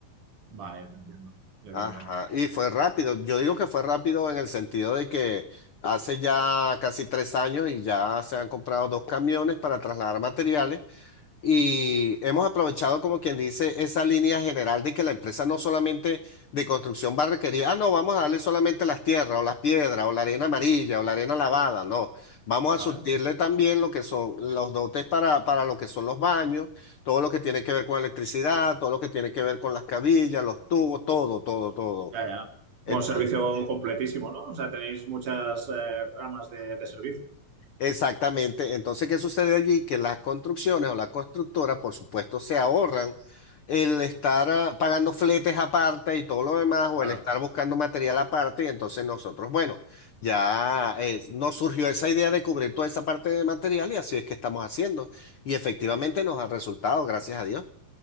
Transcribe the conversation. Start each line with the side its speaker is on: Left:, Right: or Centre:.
Right: vale, ya te entiendo. Ya
Left: Ajá,
Right: te entiendo.
Left: y fue rápido. Yo digo que fue rápido en el sentido de que hace ya casi tres años y ya se han comprado dos camiones para trasladar materiales. Y hemos aprovechado, como quien dice, esa línea general de que la empresa no solamente de construcción va a requerir, ah, no, vamos a darle solamente las tierras o las piedras o la arena amarilla o la arena lavada, no, vamos
Right: Vale,
Left: a surtirle también lo que son los dotes para, para lo que son los baños, todo lo que tiene que ver con electricidad, todo lo que tiene que ver con las cabillas, los tubos, todo, todo, todo.
Right: ya, ya. Bueno,
Left: Entonces,
Right: servicio completísimo, ¿no? O sea, tenéis muchas eh, ramas de, de servicio.
Left: Exactamente. Entonces, ¿qué sucede allí? Que las construcciones o la constructora, por supuesto, se ahorran el estar ah, pagando fletes aparte y todo lo demás, o
Right: Claro.
Left: el estar buscando material aparte, y entonces nosotros, bueno, ya eh, nos surgió esa idea de cubrir toda esa parte de material y así es que estamos haciendo. Y efectivamente nos ha resultado, gracias a Dios.